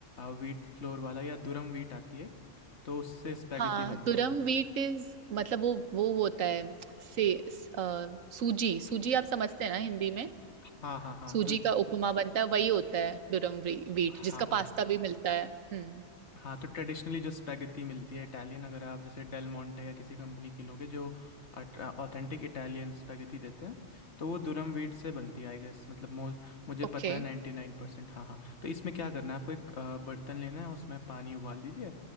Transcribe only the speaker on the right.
हाँ
दुरम
व्हीट इज मतलब वो वो होता है से स- अ, सूजी सूजी आप समझते हैं ना हिंदी में
सूजी
का उपमा बनता है वही होता है दुरम व्हीट
जिसका
पास्ता भी मिलता है हम्म
ओके